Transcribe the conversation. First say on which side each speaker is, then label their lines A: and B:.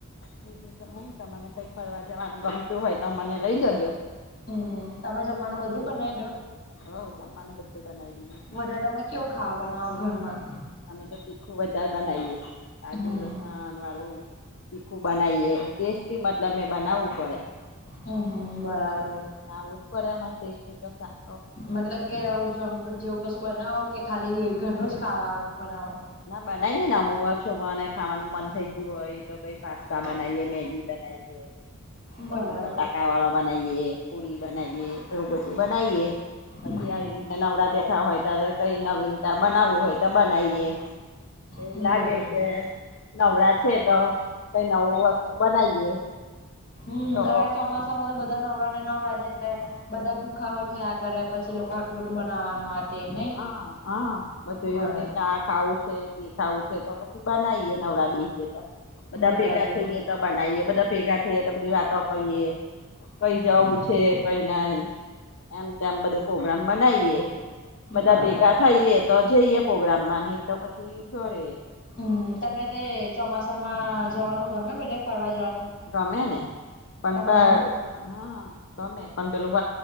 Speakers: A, on the left (about 60°); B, on the left (about 40°).
A: બીજું તો હું તમને કઈક ફરવા જવાનું ગમતું હોય તો અમને લઈ જજો
B: હમ્મ તમે જમવાનું બધું બનાવી દો
A: હોવ, જમ્માવાનું બધું બનાઈ દીધું છે.
B: વધારે તમે કેવું ખાવ બનાઓ ઘરમાં
A: અમે તો તીખું બારે બનાવીએે આજુ
B: હમ
A: લસણ વાળું તીખું બનાવીએ ટેસ્ટી મતલબ મે બનાવવું પડે
B: હમ હમ બરાબર
A: અને આવું જ કરડે એમાં ચટેસ્ટી તો શાક
B: મતલબ કે આવું જંક ફ્રૂટ જેવું કશું બનાવો કે ખાલી ઘરનું જ ખાવા બનાવો.
A: ના બનાવીએ ને અમકવા છોકરાને ખાવાનું મન થઈ ગયું હોય તો કઈ પાસ્તા બનાવીયે મેગી. પછી
B: બરાબર
A: બટા વાળ બનાવીએ પુરી બનાવીએ એવું બધું બનાવીએ પછી
B: હમ
A: આવી રીતના નવડા બેઠા હોય. ત કરી નવીનતા બનાવવું હોય તો બનાવીએ એવું
B: હમ
A: લાગે
B: બરાબર
A: કે નવડા છે તો કઈ નવું વસ્તુ બનાવીએ.
B: હમ
A: તો
B: હવે આ ચોમાસામાં તો બધા નવરા ને નવરા છે એટલે બધા ભૂખા થયા. કરે પછી લોકો આટું બધું બનાવાનું આ નહી
A: હા હા બધું
B: બરાબર
A: એવું કે આ ખાવું છે તે ખાવું છે તો પછી બનાવીએ નવળા બેએ તો બધા
B: બરાબર
A: ભેગા થઈ. બનાવીએ બધા ભેગા થઈએ તો બધી વાતો કરીએ કઈ
B: હમ
A: જવુ
B: હમ
A: છે કઈ નાઈ એમ તેમમ બધું પ્રગ્રામ બનાવીએ બધા
B: બરાબર
A: ભેગા થઈએ, તો જઈએ પ્રોગ્રામ માં ને તો પછી ઘરેે
B: હમ તમને તે ચોમાસામાં જવાનું ગમે બલે ફરવા જવાનું
A: ગમ્યાને પણ
B: ચોમાસામાં
A: પણ હા ગમે પણ પેલું